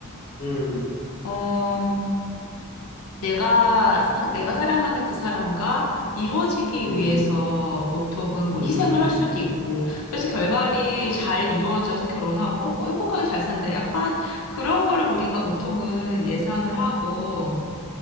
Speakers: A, on the left (about 35°); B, on the left (about 80°).
A: 음,
B: 어, 내가 상, 내가 사랑하는 그 사람과 이루어지기
A: 음,
B: 위해서 보통은 뭐
A: 음,
B: 희생을 할 수도
A: 음,
B: 있고, 그래서 결말이
A: 음,
B: 잘 이루어져서 결혼하고, 뭐 행복하게 잘 산다. 약간 그런 거를 우리가 보통은 예상을 하고,